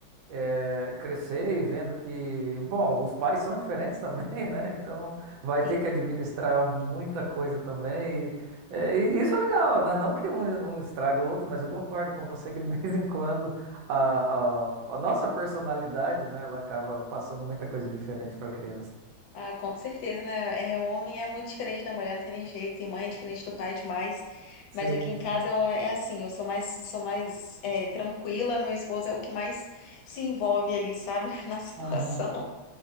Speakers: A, on the right; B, on the left.
A: é, crescer e vendo que, bom, os pais são diferentes também, <laughs> né? Então vai
B: Sim.
A: ter que administrar muita coisa também. E, é, e isso é legal, né? Não que um, um estraga o outro, mas eu concordo com você que de <laughs> vez em quando a, a, a nossa personalidade, né, ela acaba passando muita coisa diferente para a criança.
B: Ah, com certeza, né? É, o homem é muito diferente da mulher, não tem nem jeito. E mãe é diferente do pai demais.
A: Sim,
B: Mas aqui em casa
A: sim.
B: eu- é assim, eu sou mais, sou mais é, tranquila. Meu esposo é o que mais se envolve ali, sabe? <laughs> Na situação.
A: Uhum. Uhum.